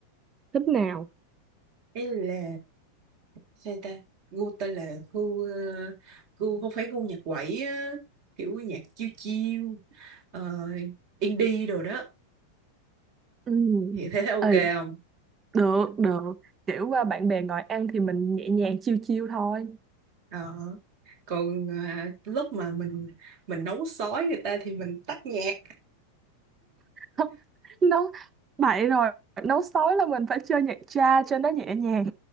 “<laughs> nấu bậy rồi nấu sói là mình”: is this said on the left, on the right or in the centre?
Right